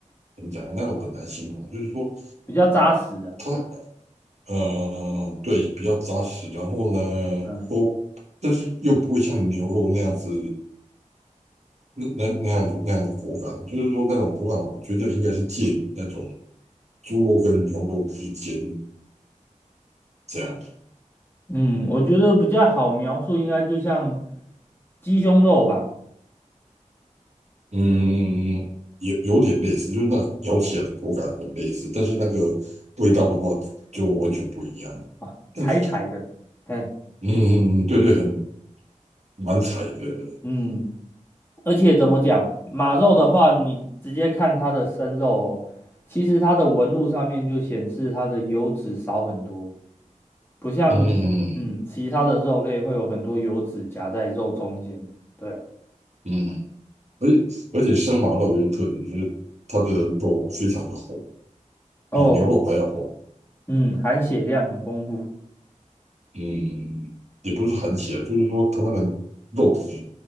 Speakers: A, on the right (about 55°); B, on the left (about 15°).
A: 怎么讲，那种很难形容，就是说
B: 比较扎实啊。
A: 它呃对比较扎实，然后呢
B: 嗯。
A: 说但是又不会像牛肉那样子。那那那样的那样的口感，就是说那种口感，我觉得应该是介于那种猪肉跟牛肉之间这样。
B: 嗯，我觉得比较好描述，应该就像鸡胸肉吧，
A: 嗯，也有点类似，就是那咬起来的口感很类似，但是那个味道的话就完全不一样。
B: 哎，啊，
A: 但是，
B: 柴柴的，哎，
A: 嗯，对对，很蛮柴的，
B: 嗯，而且怎么讲，马肉的话，你直接看它的生肉哦，其实它的纹路上面就显示它的油脂少很多，不像嗯其他的肉类会有很多油脂夹在肉中间，
A: 嗯
B: 对啊，
A: 嗯嗯，而且而且生麻肉有个特点，就是它的肉非常的红，
B: 哦，
A: 比牛肉还要红。
B: 嗯，含血量很丰富，
A: 嗯，也不是很起来，就是说它那个肉质